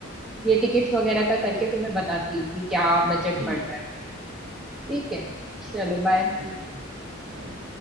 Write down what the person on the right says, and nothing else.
ठीक
ठीक बाय